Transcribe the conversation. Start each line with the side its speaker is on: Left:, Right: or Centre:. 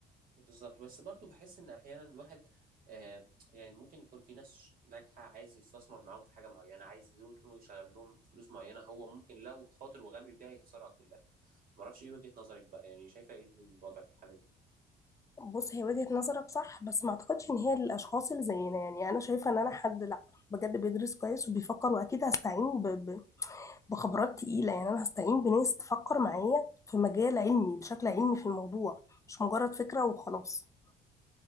Right: بالظبط بس برضو بحس ان احيانا الواحد آه يعني ممكن يكون في ناس ناجحة عايز يستثمر معاهم في حاجة معينة عايز زوجته يشغل لهم فلوس معينة هو ممكن لو خاطر وغامر بيها يخسرها كلها معرفش ايه وجهة نظرك بقى يعني شايفة ايه الوضع في الحالة دي
Left: بص هي وجهة نظرك صح بس ما اعتقدش ان هي للاشخاص اللي زينا يعني انا شايفه ان انا حد لا بجد بيدرس كويس وبيفكر واكيد هستعين ب... ب... بخبرات تقيله يعني انا هستعين بناس تفكر معايا في مجال علمي بشكل علمي في الموضوع مش مجرد فكره وخلاص